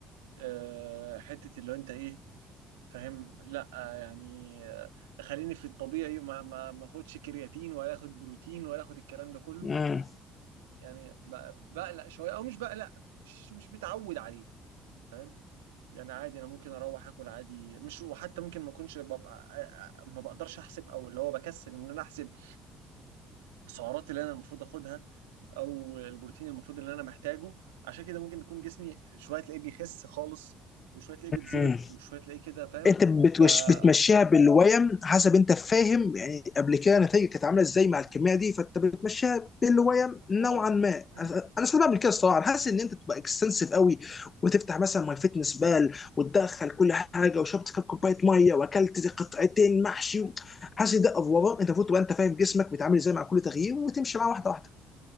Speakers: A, on the right (about 85°); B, on the left (about 40°).
A: آه، حتة اللي هو انت ايه فاهم لا آه، يعني آه، خليني في الطبيعي ما ما ما اخدش كرياتين ولا اخد بروتين ولا اخد الكلام ده كله
B: مم.
A: يعني ب- بقلق شوية او مش بقلق مش مش متعود عليه فاهم يعني عادي انا ممكن اروح اكل عادي مش وحتى ممكن ما اكونش ببقى آه، آه، ما بقدرش احسب او اللي هو بكسل ان انا احسب السعرات اللي انا المفروض اخدها او البروتين المفروض اللي انا محتاجه عشان كده ممكن يكون جسمي شويه تلاقيه بيخس خالص وشويه تلاقيه بيتظبط
B: مم.
A: وشويه تلاقيه كده فاهم
B: انت بتوش
A: ف اه
B: بتمشيها بالويم حسب انت فاهم يعني قبل كده نتائجك كانت عامله ازاي مع الكميه دي فانت بتمشيها بالويم
A: يعني
B: نوعا ما
A: فاهم
B: انا انا ساعات بعمل كده الصراحه انا حاسس ان انت تبقى اكستنسيف قوي وتفتح مثلا ماي فيتنس بال وتدخل كل حاجه وشربت كام كوبايه ميه واكلت قطعتين محشي حاسس ده افوره
A: آه،
B: انت المفروض تبقى انت فاهم جسمك بيتعامل ازاي مع كل تغيير وتمشي معاه واحده واحده